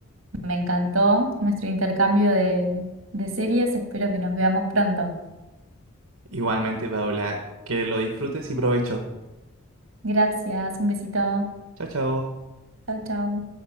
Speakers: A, on the right; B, on the right.
A: Me encantó nuestro intercambio de, de series. Espero que nos veamos pronto.
B: Igualmente, Paula, que lo disfrutes y provecho.
A: Gracias, un besito.
B: Chao, chao.
A: Chau, chau.